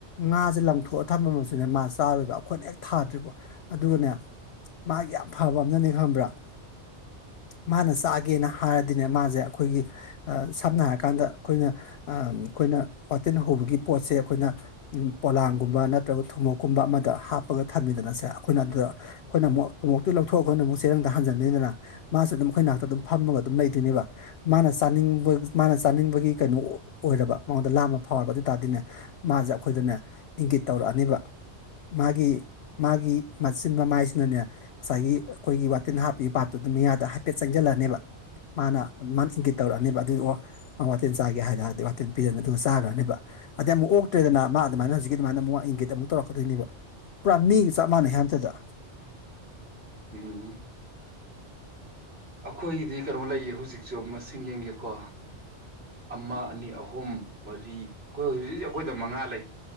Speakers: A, on the left; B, on the right.
A: ꯉꯥꯁꯦ ꯂꯪꯊꯣꯛꯑ ꯊꯝꯕ ꯑꯃꯁꯨꯅꯦ ꯃꯥꯁꯦ ꯆꯥꯔꯣꯏꯕ ꯑꯩꯈꯣꯏꯅ ꯍꯦꯛ ꯊꯥꯗ꯭ꯔꯤꯕ ꯑꯗꯨꯒꯅꯦ ꯃꯥꯒꯤ ꯐꯕ ꯑꯃꯝꯅꯅꯦ ꯈꯕ꯭ꯔꯥ ꯃꯥꯅ ꯆꯥꯛꯒꯦꯅ ꯍꯥꯏꯔꯗꯤꯅꯦ ꯃꯥꯁꯦ ꯑꯩꯈꯣꯏꯒꯤ ꯁꯝꯅ ꯍꯥꯏꯔꯀꯥꯟꯗ ꯑꯩꯈꯣꯏꯅ ꯑꯩꯈꯣꯏꯅ ꯋꯥꯇꯅ ꯍꯧꯕꯒꯤ ꯄꯣꯠꯁꯦ ꯑꯩꯈꯣꯏꯅ ꯄꯣꯂꯥꯡꯒꯨꯝꯕ ꯅꯠꯇ꯭ꯔꯒ ꯊꯨꯝꯃꯣꯛꯞꯀꯨꯝꯕ ꯑꯃꯗ ꯍꯥꯞꯄꯒ ꯊꯝꯕꯤꯗꯅꯁꯦ ꯑꯩꯈꯣꯏꯅ ꯑꯗꯨꯗ ꯑꯩꯈꯣꯏꯅ ꯇꯨ ꯂꯧꯊꯣꯛꯑꯒꯈꯣꯏꯅ ꯑꯃꯨꯛ ꯆꯦꯔꯪꯗ ꯍꯟꯖꯟꯅꯤꯗꯅ ꯃꯥꯁꯨ ꯑꯗꯨꯝ ꯑꯩꯈꯣꯏ ꯅꯥꯛꯇ ꯑꯗꯨꯝ ꯐꯝꯃꯒ ꯑꯗꯨꯝ ꯂꯩꯗꯣꯏꯅꯦꯕ ꯃꯥꯅ ꯆꯥꯅꯤꯡ ꯆꯕ ꯃꯥꯅ ꯆꯥꯅꯤꯡꯕꯒꯤ ꯀꯩꯅꯣ ꯑꯣꯏꯔꯕ ꯃꯉꯣꯟꯗ ꯂꯥꯝꯕ ꯐꯥꯎꯔꯕ ꯑꯗꯨ ꯑꯣꯏ ꯇꯥꯔꯗꯤꯅꯦ ꯃꯥꯁꯦ ꯑꯩꯈꯣꯏꯗꯅꯦ ꯏꯪꯒꯤꯠ ꯇꯧꯔꯛꯑꯅꯦꯕ ꯃꯥꯒꯤ ꯃꯥꯒꯤ ꯃꯆꯤꯟ ꯃꯃꯥꯏꯁꯤꯅꯅꯦ ꯉꯁꯥꯏꯒꯤ ꯑꯩꯈꯣꯏꯒꯤ ꯋꯥꯇꯤꯟ ꯍꯥꯞꯄꯤꯕ ꯄꯥꯞꯠꯇꯨꯗ ꯃꯤꯌꯥꯗ ꯍꯥꯏꯐꯦꯠ ꯆꯪꯁꯤꯜꯂꯅꯦꯕ ꯃꯥꯅ ꯃꯥꯅ ꯏꯪꯒꯤꯠ ꯇꯧꯔꯛꯑꯅꯦꯕ ꯑꯗꯨꯏ ꯑꯣ ꯃꯥ ꯋꯥꯇꯦꯜ ꯆꯥꯒꯦ ꯍꯥꯏ ꯇꯔꯗꯤ ꯋꯥꯇꯦꯟ ꯄꯤꯗꯅꯤ ꯑꯗꯨ ꯆꯥꯈ꯭ꯔꯅꯦꯕ ꯑꯗꯩ ꯑꯃꯨꯛ ꯑꯣꯛꯇ꯭ꯔꯗꯅ ꯃꯥ ꯑꯗꯨꯃꯥꯏꯅ ꯍꯧꯖꯤꯛꯀꯤ ꯑꯗꯨꯃꯥꯏꯅ ꯑꯃꯨꯛ ꯏꯪꯒꯦꯗ ꯑꯃꯨꯛ ꯇꯧꯔꯛꯀꯗꯣꯏꯅꯦꯕ ꯄꯨꯔꯥ ꯃꯤꯒ ꯆꯞ ꯃꯥꯟꯅꯩ ꯍꯟꯇꯗ
B: ꯎꯝ ꯑꯩꯈꯣꯏꯒꯤꯗꯤ ꯀꯩꯅꯣ ꯂꯩꯌꯦ ꯍꯧꯖꯤꯛꯁꯨ ꯃꯁꯤꯡ ꯌꯦꯡꯒꯦꯀꯣ ꯑꯃ ꯑꯅꯤ ꯑꯍꯨꯝ ꯃꯔꯤ ꯑꯩꯈꯣꯏ ꯍꯧꯖꯤꯛ ꯍꯧꯖꯤꯛ ꯑꯩꯈꯣꯏꯗ ꯃꯉꯥ ꯂꯩ